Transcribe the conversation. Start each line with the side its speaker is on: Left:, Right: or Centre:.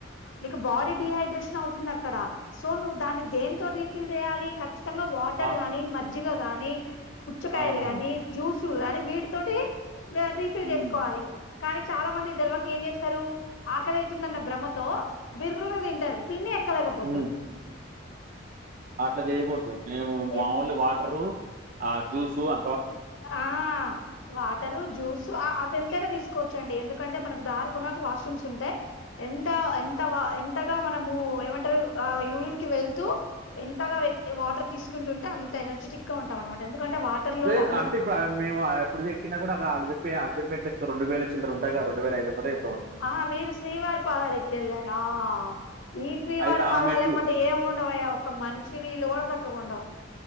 Left: నీకు బాడీ డిహైడ్రేషన్ అవుతుంది అక్కడ సో నువ్వు దాన్ని దేంతో రీఫిల్ చేయాలి ఖచ్చితంగా వాటర్
Right: వా
Left: గాని మజ్జిగ గాని పుచ్చకాయలు
Right: అవునవును.
Left: గాని జ్యూసులు గానీ వీటి తోటి రీఫిల్
Right: హ్మ్.
Left: చేసుకోవాలి కానీ చాలా మంది తేల్వక ఏం చేస్తారు ఆకలి అయితుందన్న భ్రమతో బిర్రుగ తింటరు తిని ఎ ఎక్కలేకపోతారు
Right: హ్మ్. అట్లా చేయకూడదు మేము
Left: ఎంత
Right: ఓన్లీ వాటరు ఆ జ్యూసు అ
Left: ఆ వాటరు జ్యూస్ ఆ అవి ఎంతైనా తీసుకోవచ్చండి ఎందుకంటే మనకు దారి కొనకు వాష్రూమ్స్ ఉంటాయి ఎంత ఎంత వ ఎంతగా మనము ఏమంటరు ఆ యు రిన్ కి వెళ్తూ ఎంతగా <unintelligible> వాటర్ తీసుకుంటుంటే అంత ఎనర్జెటిక్ గా ఉంటాం అనమాట ఎందుకంటే వాటర్ లో ల
Right: గ అంటే ఇప్పుడు మేము చెక్కి కూడా ఆపిరి ఆలపిరి పెట్లే రెడు వేల చిందలు ఉంటాయిగా రెండు వేలఐదుందరదు
Left: ఆహా మీరు శ్రీవారి పాదాలు ఎక్కి వెళ్ళర ఆ ఈ శ్రీవారి
Right: అయితే ఆ
Left: పాదాలుమ్మట
Right: మెట్లు
Left: ఏం ఉండవయ్య ఒక మంచి నీళ్ళు కూడ సక్కగుండవు